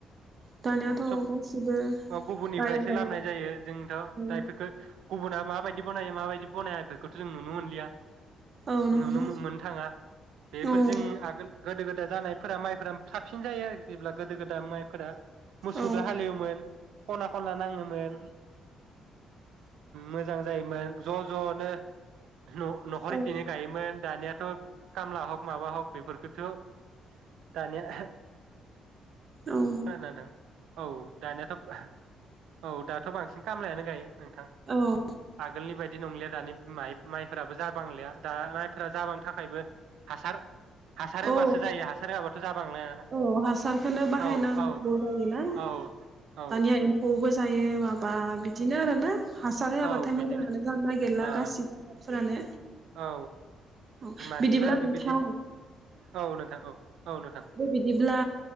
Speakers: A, on the right; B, on the right.
A: दानियाथ'
B: सब
A: गासिबो
B: औ गुबुननिफ्रायसो
A: बायनाय
B: लाबोनाय जायो जोंथ' दा
A: औ
B: बेफोरखौ गुबुना माबायदि बनायो माबायदि बनाया इफोरखौथ' जों नुनो मोनलिया
A: औ नंगौ
B: नुनो मोननो थाङा बेफोरजोंनो
A: औ
B: आगोल गोदो गोदाय जानायफोरा माइफोरा साबसिन जायो आरो जेब्ला गोदो गोदा माइ फोर मोसौदो
A: औ
B: हालेवोमोन खना खनला नाङोमोन मोजां जायोमोन ज' ज' नो न'-न'खर
A: औ
B: बिदिनो दायोमोन दानिया थ' कामला हख माबा हक बेफोरखौथ' दानिया <unintelligible>
A: औ
B: खोनदोना नोंथां? औ दानियााथ' <unintelligible> औ दा थ' बांसिन खामलायानो गायो। नोंथां
A: औ
B: आगोलनि बाय दि नंलिया दानि माइ-माइफोराबो जाबांलिया दा माइफोरा जाबांनो थाखायबो हासार हासार होबासो
A: औ
B: जायो हासार होआबाथ' जाबांलाया
A: औ हासारखौनो बाहायनांगौ
B: औ औ
A: जायोना
B: औ औ
A: दानिया एम्फौबो जायो माबा बिदिनो आरो ना हासार होआबाथाय
B: औ बिदिनो
A: मोजाङानो जानो नागिरला
B: ओ
A: गासिबो आबादफोरानो
B: औ
A: औ
B: मानसिफोराबो
A: बिदिब्ला नोंथां
B: बिदिनो औ नोंथां औ औ नोंथां
A: दे बिदिब्ला